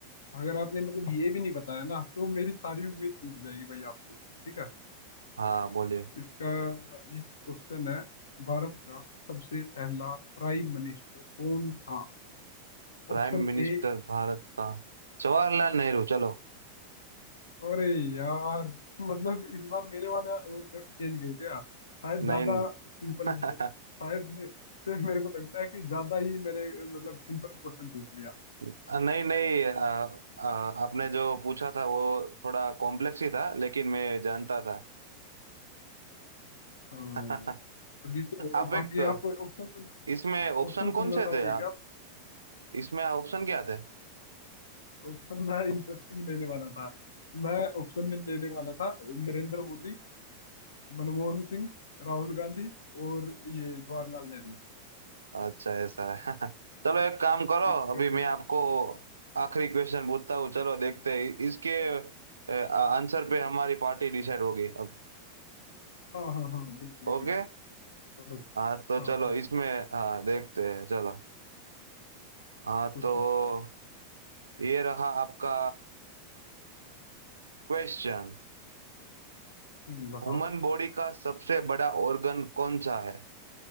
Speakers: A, on the left; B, on the right.
A: अगर आपने मतलब ये भी नहीं बताया ना तो मेरी सारी उम्मीद टूट जाएगी भाई आपसे ठीक है
B: हाँ बोलिए
A: इसका ये क्वेश्चन है भारत का सबसे पहला प्राइम मिनिस्टर कौन था
B: प्राइम
A: Option
B: मिनिस्टर
A: A
B: भारत का जवाहरलाल नेहरू चलो
A: अरे यार मतलब इस बार मेरे वाला वो खेल गए क्या शायद ज्यादा
B: नई <laughs> नहीं
A: सिंपल आंसर शायद से मेरे को लगता है कि ज्यादा ही मैंने मतलब सिंपल क्वेश्चन पूछ लिया
B: नहीं आ, आ, आपने जो पूछा था वो थोड़ा कॉम्प्लेक्स ही था लेकिन मैं जानता था
A: हाँ
B: <laughs>
A: अभी तो
B: आप
A: ओ, बाकी
B: एक
A: आप ऑप्शन सुन
B: इसमें ऑप्शन
A: ऑप्शन
B: कौन
A: सुनना
B: से
A: चाहोगे
B: थे
A: क्या
B: आप
A: आप
B: इसमें ऑप्शन क्या थे
A: ऑप्शन मैं इंटरेस्टिंग लेने वाला था मैं ऑप्शन में लेने वाला था नरेंद्र मोदी मनमोहन सिंह राहुल गांधी और ये जवाहरलाल नेहरू
B: अच्छा ऐसा है <laughs> चलो एक काम करो
A: एक-
B: अभी मैं आपको आखिरी क्वेश्चन पूछता हूँ चलो देखते हैं इसके आंसर पे हमारी पार्टी डिसाइड होगी अब
A: हाँ हाँ हाँ बिल्कुल
B: ओके
A: बिल्कुल चलो
B: हाँ तो
A: हाँ
B: चलो
A: बिल्कुल
B: इसमें हाँ देखते हैं चलो हाँ
A: पूछो
B: तो ये रहा आपका क्वेश्चन
A: हम्म बताओ
B: ह्यूमन बॉडी का सबसे बड़ा ऑर्गन कौन सा है